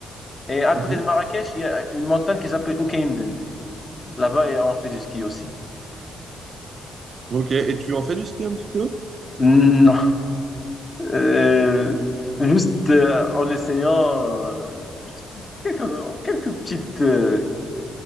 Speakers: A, on the left; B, on the right.
A: Et à
B: Mhm.
A: côté de Marrakech, il y a une montagne qui s'appelle Oukaïmdine. Là-bas, et on fait du ski aussi.
B: Ok, et tu en fais du ski un petit peu?
A: Non. Euh, juste euh, en essayant euh, juste quelques, quelques petites, euh,